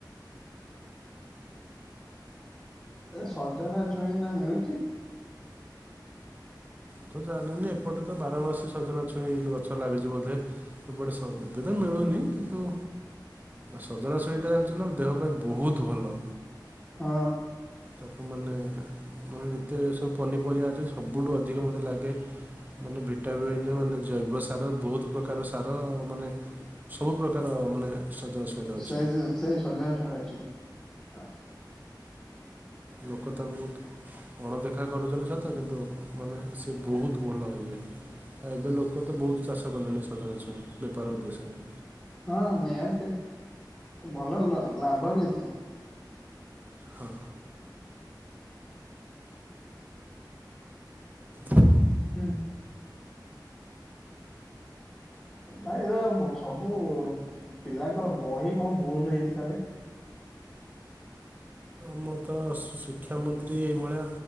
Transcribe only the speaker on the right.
ତ ଜାଣେିନି ଏପଟେ ତ ବାରମାସୀ ସଜନା ଛୁଇଁ ଗଛ ଲାଗିଛି ବୋଧେ ଏପଟେ ଏବେ ତ ମିଳୁନି କିନ୍ତୁ ସଜନା ଛୁଇଁଟା ଜାଣିଛ ନା ଦେହ ପାଇଁ ବହୁତ ଭଲ।
ତାକୁ ମାନେ ମେ ଯେତେ ସବୁ ପନିପରିବା ଅଛି ସବୁଠୁ ଅଧିକ ମତେ ଲାଗେ ମାନେ ଭିଟାମନ୍ ମାନେ ଜୈବ ସାର ବହୁତ ପ୍ରକାର ସାର ମାନେ ସବୁ ପ୍ରକାର ମାନେ ସଜନା ଛୁଇଁରେ ଅଛି
ଲୋକ ତାକୁ ବହୁତ ଅଣଦେଖା କରୁଛନ୍ତି ସତ କିନ୍ତୁ ମାନେ ସେ ବହୁତ ଭଲ ହେଇଯଏ ଆଉ ଏବେ ଲୋକ ତ ବହୁତ ଚାଷ କଲେଣି ସଜନଛୁଇଁ ବେପାର ଉଦ୍ଦେଶ୍ୟରେ
ହଁ। ହ।
ଆମ ତ ଶିକ୍ଷାମନ୍ତ୍ରୀ ଏଇଭଳିଆ